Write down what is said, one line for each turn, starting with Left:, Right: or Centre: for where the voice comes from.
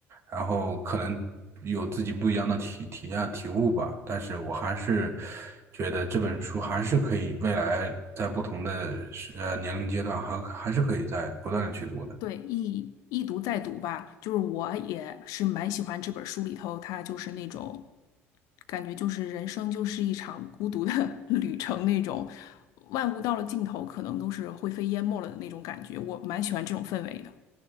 Right: 然后可能有自己不一样的体体验、体悟吧。但是我还是觉得这本书还是可以未来在不同的时呃年龄阶段还还是可以在不断的去读的。
Left: 对，一一读再读吧，就是我也是蛮喜欢这本书里头，它就是那种感觉，就是人生就是一场孤独的 <laughs> 旅程那种，万物到了尽头，可能都是灰飞烟灭了的那种感觉，我蛮喜欢这种氛围的。